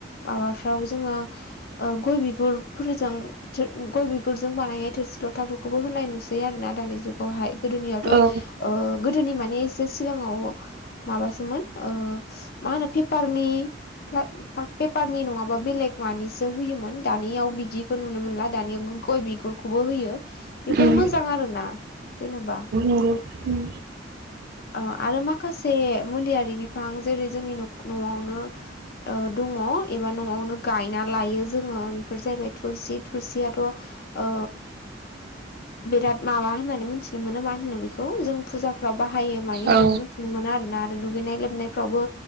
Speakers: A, on the left; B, on the right.
A: माबाफ्राव जोङो ओ गय बिगुरफोरजों गय बिगुरजों बानायनाय थोरसि लथाफोरखौबो होनाय नुसै आरोोना दानि जुगावहाय। गोदोनियावथ'
B: औ
A: गोदोनि माने एसे सिगाङाव माबासोमोन ओ मा होनो पेपारनि प्ला पेपारनि नङाबा बेलेग मानिसो होयोमोन। दानियाव बिदिखौ नुनो मोनला दानिया गय बिगुर खौबो होयो बेफोर
B: उम
A: मोजां आरो ना जेनेबा।
B: आरो होम
A: अ आरो माखासे मुलियारि बिफां जेरै जो जोंनि न'आवनो ओ दङ एबा न'आवनो गायना लायो जोङो बेफोर जाहैबाय थुलसि थुलसियाथ' ओ बिराद माबा होननानै मिथिनो मोनो मा होनो बेखौ जों फुजा फाव बाहायो मायो होननानै
B: औ
A: मिथिनो मोनो आरोना आरो दुगैनाय लोबनायफ्रावबो